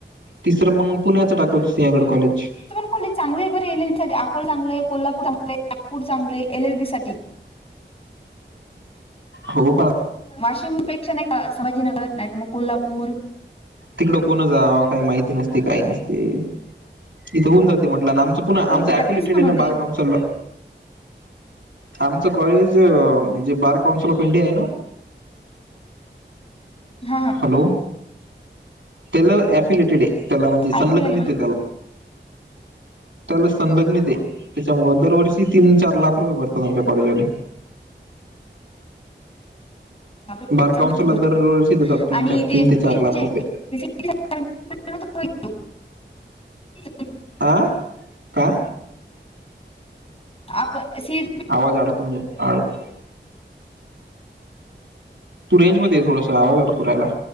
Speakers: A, on the right (about 85°); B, on the left (about 30°).
A: तिसर मग पुण्याच टाकल. सिंहागड कॉलेज.
B: चांगल आहे बरे एल एलबी अकोल चांगल आहे कोल्हापूर चांगलये नागपूर चांगल ये एल एल बी साठी
A: हो पा
B: वाशिम पेक्षा नाही का संभाजीनगर नाही तर मग कोल्हापूर
A: तिकड कोण जाव काही माहिती नसती काही नसती इथे होऊन जाते म्हटल ना आमच. पुन्हा
B: प्रॅक्टिस
A: आमचा अफिलेटेड
B: पण
A: आहे
B: होते
A: ना बार काउनसनला. आमच कॉलेज जे बार काउन्सलप ऑफ इंडिया ये ना.
B: हा हा
A: हॅलो त्येल एफिलेटेड ए. त्याला म्हणजे
B: ऐकू
A: संलग
B: यायला
A: नेते
B: मला
A: त्याला. त्याला संलग नेते त्याच्यामुळे दरवर्षी तीन चार लाख रुपये भर तुला आमच्या कॉलेज वाले.
B: आपले
A: बार
B: लोक चांगलेच
A: काउन्सला
B: भरतात
A: तर दरवर्षी देतात तीन
B: आणि
A: चार तीन
B: सीईटीचे
A: ते चार लाख रुपये.
B: <unintelligible>
A: आ का?
B: आप सीड
A: आवाज अडकू अडकू तू रेंजमध्ये ये थोडसा आवाज अडकु राहिला.